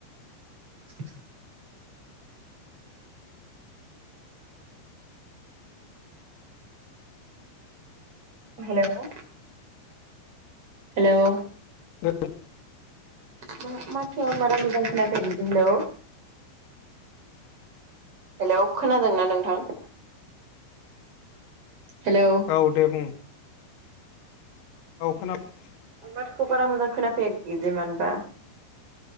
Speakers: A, on the right (about 35°); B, on the left (about 65°).
A: <inaudible> Hello hello.
B: औ।
A: मा माथोआ मारा मोजां खोनाफैयाखै हेलौ। हेलौ खोनादोंना नोंथां? हेलौ।
B: औ दे बुं। औ खोनाबा
A: माथोखौ बारा मोजां खोनाफैयाखै मानोबा